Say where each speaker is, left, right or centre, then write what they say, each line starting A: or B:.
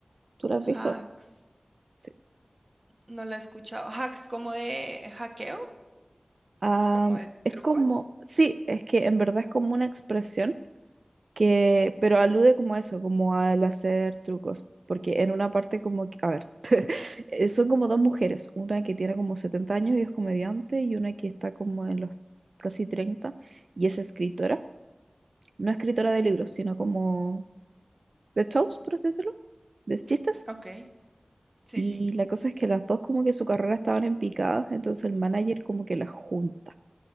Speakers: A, on the right; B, on the right.
A: ¿Tú lo has visto?
B: Hacks.
A: Sí.
B: No la he escuchado. ¿Hacks como de hackeo?
A: Am,
B: ¿Como de
A: es
B: trucos?
A: como, sí, es que en verdad es como una expresión que, pero alude como a eso, como al hacer trucos. Porque en una parte como, que- a ver, eh, son como dos mujeres, una que tiene como 70 años y es comediante y una que está como en los casi 30 y es escritora. No escritora de
B: Mm,
A: libros, sino como de shows, por así decirlo, de chistes.
B: Ok. Sí,
A: Y
B: sí.
A: la cosa es que las dos como que su carrera estaban en picadas, entonces el manager como que las junta.